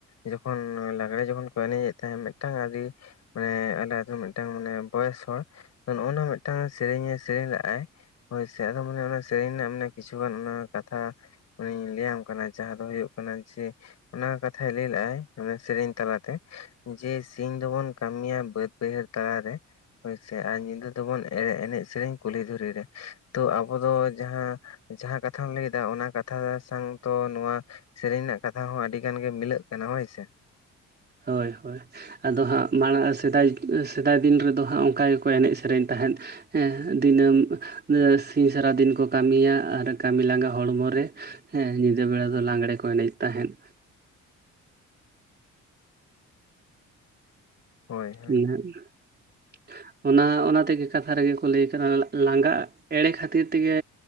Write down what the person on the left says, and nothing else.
ᱡᱚᱠᱷᱚᱱ ᱞᱟᱜᱽᱲᱮ ᱡᱚᱠᱷᱚᱱ ᱠᱚ ᱮᱱᱮᱡᱮᱫ ᱛᱟᱦᱮᱸᱫ ᱢᱤᱫᱴᱟᱝ ᱟᱹᱨᱤ ᱢᱟᱱᱮ ᱟᱞᱮ ᱟᱛᱳ ᱢᱤᱫᱴᱟᱝ ᱵᱚᱭᱮᱥ ᱦᱚᱲ ᱱᱚᱜᱼᱚ ᱱᱚᱣᱟ ᱢᱤᱫᱴᱟᱝ ᱥᱮᱨᱮᱧᱮ ᱥᱮᱨᱮᱹᱧ ᱞᱟᱜᱼᱟᱭ ᱦᱳᱭ ᱥᱮ ᱟᱫᱚ ᱢᱟᱱᱮ ᱚᱱᱟ ᱥᱮᱨᱮᱧ ᱨᱮᱱᱟᱜ ᱢᱟᱱᱮ ᱠᱤᱪᱷᱩ ᱜᱟᱱ ᱚᱱᱟ ᱠᱟᱛᱷᱟ ᱢᱟᱱᱤᱧ ᱞᱟᱹᱭᱟᱢ ᱠᱟᱱᱟ ᱡᱟᱦᱟᱸ ᱫᱚ ᱦᱩᱭᱩᱜ ᱠᱟᱱᱟ ᱡᱮ ᱚᱱᱟ ᱠᱚ ᱠᱟᱛᱷᱟᱭ ᱞᱟᱹᱭ ᱞᱟᱜᱼᱟᱭ ᱥᱮᱨᱮᱧ ᱛᱟᱞᱟᱛᱮ ᱡᱮ ᱥᱤᱧ ᱫᱚᱵᱚᱱ ᱠᱟᱹᱢᱤᱭᱟ ᱵᱟᱹᱫ ᱵᱟᱹᱭᱦᱟᱹᱲ ᱛᱟᱞᱟᱨᱮ ᱦᱳᱭᱥᱮ ᱟᱨ ᱧᱤᱫᱟᱹ ᱫᱚᱵᱚᱱ ᱮ ᱮᱱᱮᱡ ᱥᱮᱨᱮᱧ ᱠᱩᱞᱦᱤ ᱫᱷᱚᱨᱤ ᱨᱮ ᱛᱚ ᱟᱵᱚ ᱫᱚ ᱡᱟᱦᱟᱸ ᱡᱟᱦᱟᱸ ᱠᱟᱛᱷᱟᱢ ᱞᱟᱹᱭᱟ ᱫᱟ ᱚᱱᱟ ᱠᱟᱛᱷᱟ ᱥᱟᱝ ᱛᱚ ᱱᱚᱣᱟ ᱥᱮᱨᱮᱧ ᱨᱮᱱᱟᱜ ᱠᱟᱛᱷᱟ ᱦᱚᱸ ᱟᱹᱰᱤ ᱜᱟᱱ ᱜᱮ ᱢᱤᱞᱟᱹᱜ ᱠᱟᱱᱟ ᱦᱳᱭᱥᱮ
ᱦᱳᱭ
ᱦᱳᱭ